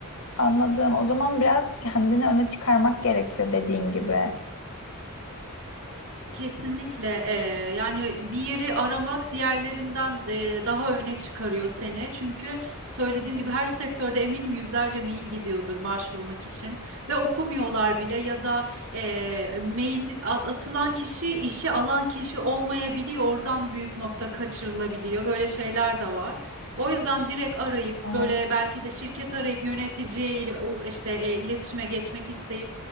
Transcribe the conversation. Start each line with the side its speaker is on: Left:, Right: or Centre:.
Left: Anladım. O zaman biraz kendini öne çıkarmak gerekiyor dediğin gibi.
Right: Kesinlikle eee, yani bir yeri aramak diğerlerinden eee, daha öne çıkarıyor seni. Çünkü söylediğim gibi her sektörde eminim yüzlerce mail gidiyordur başvurmak için ve okumuyorlar bile ya da eee, mail at- atılan kişi işe alan kişi olmayabiliyor. Oradan büyük nokta kaçırılabiliyor. Böyle şeyler de var. O yüzden direkt arayıp
Left: Evet.
Right: böyle belki de şirket arayıp yöneticiyle u- işte e, iletişime geçmek isteyip